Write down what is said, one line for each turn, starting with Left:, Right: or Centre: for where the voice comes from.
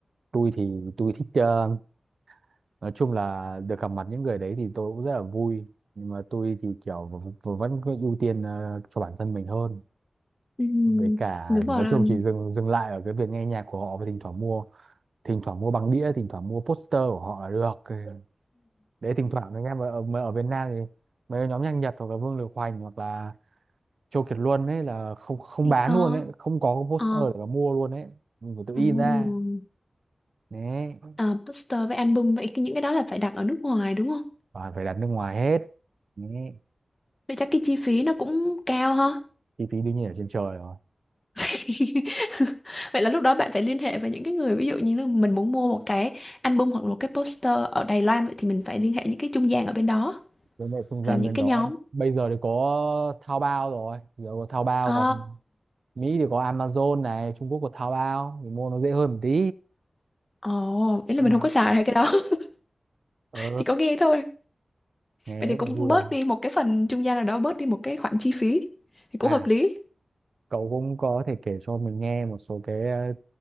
Right: tôi thì tôi thích ờ, nói chung là được gặp mặt những người đấy thì tôi cũng rất là vui nhưng mà tôi thì kiểu v- v- vẫn cứ ưu tiên ờ, cho bản thân mình hơn
Left: ừm,
Right: với cả
Left: đúng rồi
Right: nói
Left: là-
Right: chung chỉ dừng dừng lại ở cái việc nghe nhạc của họ và thỉnh thoảng mua thỉnh thoảng mua băng đĩa thỉnh thoảng mua poster của họ là được Ừ. đấy thỉnh thoảng anh em ở, ở, ở Việt Nam thì mấy cái nhóm nhạc Nhật hoặc là Vương Lực Hoành hoặc là Châu Kiệt Luân ấy là không không bán
Left: có
Right: luôn ấy không có cái poster
Left: ờ
Right: để mà mua luôn ấy mình phải tự in
Left: ừm,
Right: ra đấy
Left: ờ, poster với album vậy cái- những cái đó là phải đặt ở nước ngoài đúng không?
Right: toàn phải đặt nước ngoài hết đấy
Left: Vậy chắc cái chi phí nó cũng cao ha.
Right: chi phí đương nhiên ở trên trời rồi
Left: <laughs> Vậy là lúc đó bạn phải liên hệ với những cái người ví dụ như là mình muốn mua một cái album hoặc là một cái poster ở Đài Loan vậy thì mình phải liên hệ những cái trung gian ở bên đó
Right: với lại không gian
Left: hoặc là những
Right: bên
Left: cái
Right: đó
Left: nhóm.
Right: bây giờ thì có Taobao rồi giờ có Taobao
Left: Ồ,
Right: còn Mỹ thì có Amazon này Trung Quốc có Taobao thì mua nó dễ hơn một tí
Left: ồ, ý là
Right: nhưng
Left: mình
Right: mà
Left: không có xài hay cái đó, <laughs>
Right: ờ
Left: chỉ có nghe thôi.
Right: nghe
Left: Vậy thì
Right: rất
Left: cũng
Right: là vui
Left: bớt
Right: rồi
Left: đi một cái phần trung gian nào đó, bớt đi một cái khoản chi phí thì cũng
Right: à
Left: hợp lý.
Right: cậu cũng có thể kể cho mình nghe một số cái ờ,